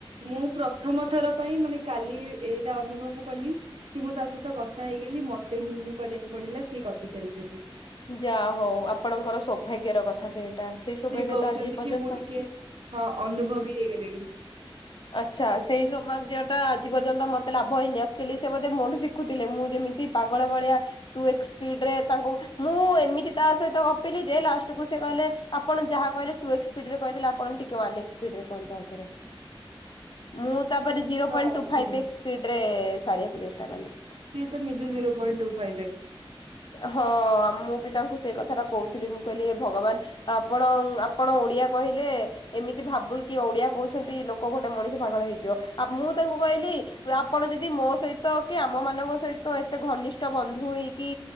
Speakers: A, on the right; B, on the left.
A: ମୁଁ ପ୍ରଥମଥର ପାଇଁ ମାନେ କାଲି ଏଇଟା ଅନୁଭବ କଲି। କି ମୁଁ ତା ସହିତ କଥା ହେଇଗଲି ମତେ ହୁଁ ହୁଁ କରିବାକୁ ପଡିଲା ସିଏ ଗପି ଚାଲିଛନ୍ତି।
B: ଯାହା ହଉ ଆପଣଙ୍କର ସୌଭାଗ୍ୟ ର କଥା ସେଇଟା। ସେଇ ସୌଭାଗ୍ୟ
A: ସେଏ କହୁଛନ୍ତି
B: ତ ଆଜି ପର୍ଯ୍ୟନ୍ତ
A: କି ମୁଁ ଟିକେ ହଁ ଅନୁଭବୀ ହେଇଗଲିଣି।
B: ଆଚ୍ଛା ସେଇ ସମୟତିଟା ଆଜି ପର୍ଯ୍ୟନ୍ତ ମତେ ଲାଭ ହେଇନି ଆକ୍ଚଲି ସେ ବୋଧେ ମୋଠୁ ଶିଖୁଥିଲେ ମୁଁ ଯେମିତି ପାଗଳ ଭଳିଆତୁ ଟୁ ଏକ୍ସ ସ୍ପିଡରେ ତାଙ୍କୁ ମୁଁ ଏମିତି ତା ସହିତ ଗପିଲି ଯେ ଲାଷ୍ଟକୁୁ ସେ କହିଲେ ଆପଣ ଯାହା କହିଲେ ଟୁ ଏକ୍ସ ସ୍ପିଡ଼ ରେ କହି ଆପଣ ଟିକେ ୱାନ ଏକ୍ସ ସ୍ପିଡ଼ ରେ କୁହନ୍ତୁ। ମୁଁ ତାପରେ
A: ସିଏ
B: ଜିରୋ
A: ତ
B: ପଏଣ୍ଟ ତୁ ଫାଇଫ
A: ହୁଁ
B: ଏକ୍ସ ସ୍ପିଡ ରେ ସାରିବାକୁ ଚେଷ୍ଟା କଲି।
A: ସିଏ ତ ନିଜେ zero point two five x.
B: ହଁ ମୁଁ ବି ତାଙ୍କୁ ସେଇ କଥା ଟା କହୁଥିଲି ମୁଁ କହିଲି ଏ ଭଗବାନ। ଆପଣ ଆପଣ ଓଡିଆ କହିଲେ। ଏମିତି ଭାବୁ କି ଓଡିଆ କହୁଛନ୍ତି ଲୋକ ଗୋଟେ ମଣିଷ ପାଗଳ ହେଇଯିବ ଆ ମୁଁ ତାଙ୍କୁ କହିଲି ଆପଣ ଯଦି ମୋ ସହିତ କି ଆମ ମାନଙ୍କ ସହିତ ଏତେ ଘନିଷ୍ଠ ବନ୍ଧୁ ହେଇ କି